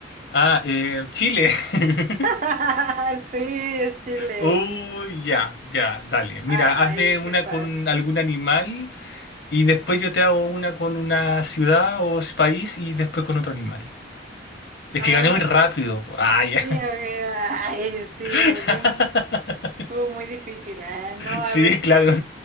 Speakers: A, on the left; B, on the right.
A: Ah, eh, Chile. <laughs>
B: <laughs> Sí, es Chile.
A: Uy, ya, ya, dale. Mira,
B: Ay,
A: hazme una
B: qué fácil.
A: con algún animal y después yo te hago una con una ciudad o s- país y después con otro animal. Es
B: Ah,
A: que gané muy rápido. Ah, ya.
B: sí, a ver, Ay, sí,
A: <laughs>
B: eh, bien. Estuvo muy difícil. Ah, no, a
A: Sí,
B: ver.
A: claro.